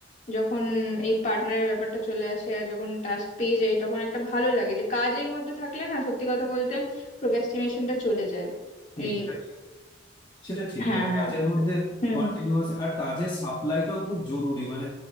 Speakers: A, on the left; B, on the left.
A: যখন এই পার্টনারের ব্যাপারটা চলে আসে আর যখন টাস্ক পেয়ে যাই তখন একটা ভালো লাগে যে কাজের মধ্যে থাকলে না সত্যি কথা বলতে প্রোক্রাস্টিনেশনটা চলে যায়
B: ঠিক
A: এই
B: এটা ঠিক সেটা ঠিক
A: হ্যাঁ
B: মানে
A: হ্যাঁ
B: কাজের মধ্যে
A: হুম
B: কন্টিনিউয়াস আর কাজের সাপ্লাইটাও খুব জরুরি মানে